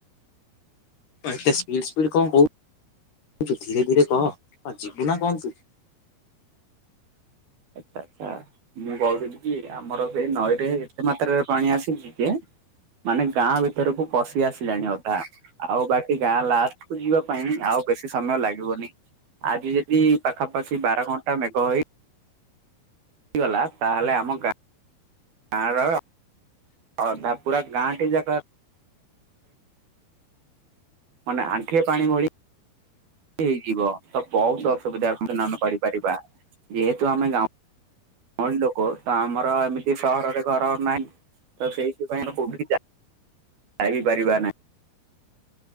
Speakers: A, on the left; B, on the right.
A: ହଁ ଏତେ ସ୍ପିଡ ସ୍ପିଡ କଁ କହୁଚୁ ଧୀରେ ଧୀରେ କହ କୁଆଡ଼େ ଯିବୁନା କଁ ତୁ?
B: ଆଚ୍ଛା ଆଚ୍ଛା ମୁଁ କହୁଥିଲିକି ଆମର ଏବେ ନଈରେ ଏତେ ମାତ୍ରାରେ ପାଣି ଆସିଚି ଯେ ମାନେ ଗାଁ ଭିତରକୁ ପଶି ଆସିଲାଣି ଅଧା। ଆଉ ବାକି ଗାଁ ଲାଷ୍ଟ କୁ ଯିବା ପାଇଁ ଆଉ ବେଶୀ ସମୟ ଲାଗିବନି ଆଜି ଯଦି ପାଖାପାଖି ବାର ଘଣ୍ଟା ମେଘ ହୋଇ ହେଇଗଲା ତାହେଲେ ଆମ ଗାଁର ଅଧା ପୁରା ଗାଁଟି ଜାକ ମନେ ଆଣ୍ଠିଏ ପାଣି ଭଳି ହେଇଯିବ ତବହୁତ୍ ଅସୁବିଧା ମାନେ ଆମେ କରିପାରିବା। ଯେହେତୁ ଆମେ ଗାଉଁଲି ଗାଁଉଁଲି ଲୋକ ତଆମର ଏମି କି ସହରରେ ଘର ନାହିଁ ତସେଇଥିପାଇଁ ଆଉ କୋଉଠିକି ଯା ଯାଇପାରିବା ନାହିଁ।